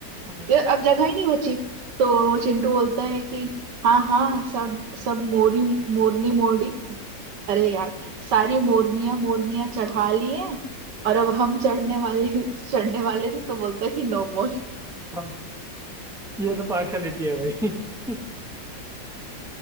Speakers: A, in the centre; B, on the right.
A: हम्म,
B: यार अब जगह ही नहीं बची तो चिंटू बोलता है कि हाँ हाँ सब सब मोरी मोरनी मोरनी अरे यार सारी मोरनियां मोरनियां चढ़ा ली हैं और अब हम चढ़ने वाले चढ़ने वाले थे तो बोलता है कि नो मोर
A: हाँ ये तो पार्शलिटी है भाई <laughs>